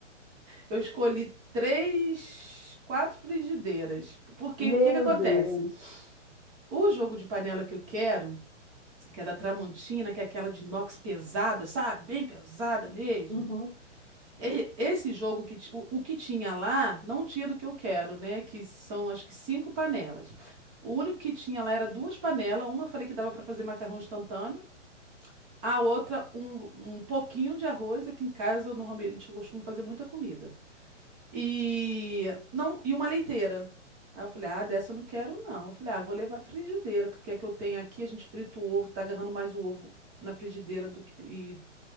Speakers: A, on the right (about 25°); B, in the centre.
A: Eu escolhi três, quatro frigideiras. Porque
B: Meu
A: o que que acontece?
B: Deus.
A: O jogo de panela que eu quero, que é da Tramontina, que é aquela de inox pesada, sabe? Bem pesada mesmo.
B: Uhum.
A: E- Esse jogo que ti- o, o que tinha lá não tinha do que eu quero, né? Que são acho que cinco panelas. O único que tinha lá era duas panelas. Uma eu falei que dava para fazer macarrão instantâneo. A outra, um, um pouquinho de arroz. Aqui em casa, normalmente, eu costumo fazer muita comida. E, não, e uma leiteira. Aí eu falei, ah, dessa eu não quero, não. Eu falei, ah, vou levar a frigideira, porque é que eu tenho aqui, a gente frita o ovo, tá agarrando mais o ovo na frigideira do que, e